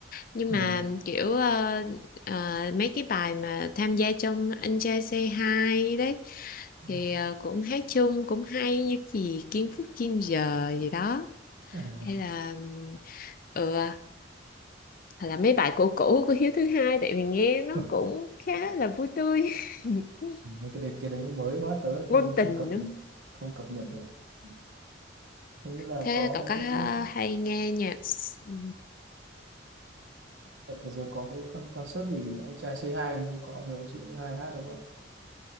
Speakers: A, on the left; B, on the right.
A: nhưng
B: ừ.
A: mà kiểu ờ, ờ, mấy cái bài mà tham gia trong Anh trai Say Hi đấy
B: Ừ.
A: thì ờ, cũng hát chung cũng hay như gì Kim Phúc Kim Giờ gì đó
B: à.
A: hay là ừ, hoặc là mấy bài cũ cũ của Hiếu thứ hai tại vì nghe nó
B: <laughs>
A: cũng khá là vui tươi <laughs>
B: mấy cái đấy cái đấy mới quá tớ
A: ngôn
B: không không
A: tình
B: cập
A: nữa
B: không cập nhật được Ừ. Thế như là
A: thế
B: có
A: cậu
B: mấy
A: có
B: cái
A: hay nghe nhạc s- ừ,
B: đợt vừa rồi có cái con concert gì anh trai Say hai nhưng có hiếu sĩ hai hát đúng không?